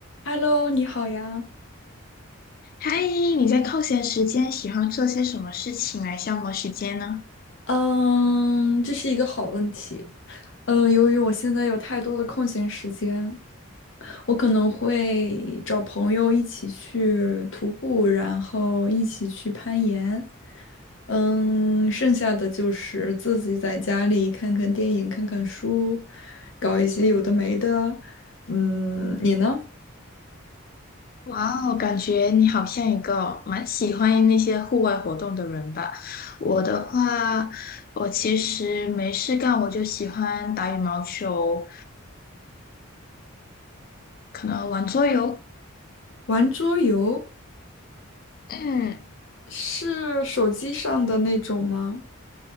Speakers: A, on the left; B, on the left.
A: Hello，你好呀。
B: 嗨，你在空闲时间喜欢做些什么事情来消磨时间呢？
A: 嗯，这是一个好问题。呃，由于我现在有太多的空闲时间，我可能会找朋友一起去徒步，然后一起去攀岩。嗯，剩下的就是自己在家里看看电影、看看书，搞一些有的没的。嗯，你呢？
B: 哇哦，感觉你好像一个蛮喜欢那些户外活动的人吧。我的话，我其实没事干，我就喜欢打羽毛球，可能玩桌游。
A: 玩桌游
B: 嗯，
A: 是手机上的那种吗？